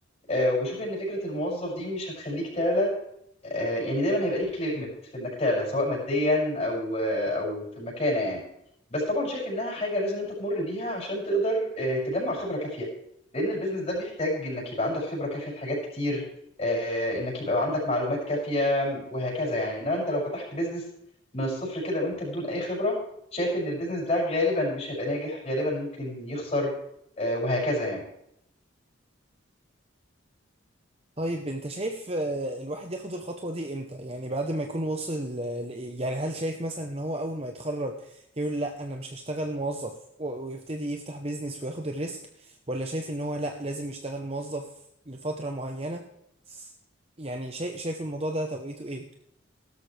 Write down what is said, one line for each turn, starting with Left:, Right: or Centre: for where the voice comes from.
Left: آه، وبشوف ان فكره الموظف دي مش هتخليك تعلى آه، يعني دايما هيبقى ليك ليميت في انك تعلى سواء ماديا او آه، او في المكانه يعني بس طبعا شايف انها حاجه لازم انت تمر بيها عشان تقدر آه، تجمع خبره كافيه لان البيزنس ده بيحتاج انك يبقى عندك خبره كافيه في حاجات كتير آه، انك يبقى عندك معلومات كافيه وهكذا يعني انما انت لو فتحت بيزنس من الصفر كده وانت بدون اي خبره شايف ان البيزنس بتاعك غالبا مش هيبقى ناجح غالبا ممكن يخسر آه، وهكذا يعني
Right: طيب انت شايف آه، الواحد ياخد الخطوة دي امتى يعني بعد ما يكون وصل آه، ل- يعني هل شايف مثلا ان هو اول ما يتخرج يقول لا انا مش هشتغل موظف و- ويبتدي يفتح بيزنس وياخد الريسك ولا شايف ان هو لا لازم يشتغل موظف لفترة معينة يعني شايف شايف الموضوع ده توقيته ايه